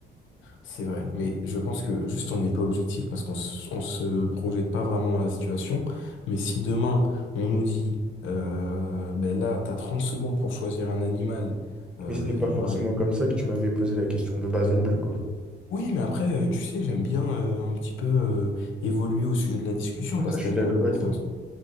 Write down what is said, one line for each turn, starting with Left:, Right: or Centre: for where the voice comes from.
Left: C'est vrai, mais je pense que juste on n'est pas objectif parce qu'on s- on se projette pas vraiment dans la situation. Mais si demain on nous dit, euh, ben là, t'as 30 secondes pour choisir un animal, euh,
Centre: Mais c'était pas forcément
Left: tu vas-
Centre: comme ça que tu m'avais posé la question de base non plus, quoi.
Left: Oui, mais après, euh, tu sais, j'aime bien euh, un petit peu euh, évoluer au sujet de la discussion parce
Centre: Ça, je
Left: qu'elle
Centre: suis d'accord
Left: est intéressante.
Centre: avec toi.